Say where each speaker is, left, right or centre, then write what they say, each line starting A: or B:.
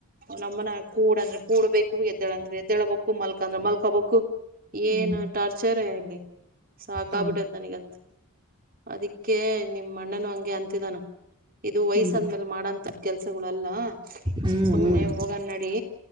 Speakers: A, on the right (about 40°); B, on the right (about 20°).
A: ನಮ್ಮನ ಕೂಡಂದ್ರೆ ಕೂಡ್ ಬೇಕು ಎದ್ದಳಂದ್ರೆ ಎದ್ದಳ್ಬೇಕು ಮಲ್ಕಂದ್ರ ಮಲ್ಕಬೇಕು. ಏನ್
B: ಹ್ಮ್
A: ಟಾರ್ಚರ್ ಇಲ್ಲಿ ಸಾಕ
B: ಹೌದು
A: ಆಗಿ ಬಿಟ್ಟತ್ನಗಂತ ಅದಕ್ಕೆ. ನಿಮ್ಮ ಅಣ್ಣನು ಹಂಗೆ ಅಂತಿದಾನ ಇದು ವಯಸ್ಸ
B: ಹ್ಮ್
A: ಅಂದ್ಮೇಲೆ ಮಾಡಂತ. ಕೆಲ್ಸಗಳುಲ್ಲ
B: ಹ್ಮ್
A: ಸುಮ್ನೆ
B: ಹ್ಮ್
A: ಹೋಗನ ನಡಿ.